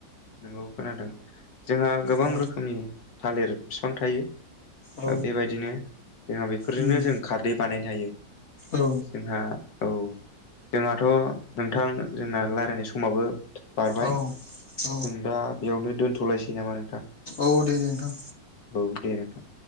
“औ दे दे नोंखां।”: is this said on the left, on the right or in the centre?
Left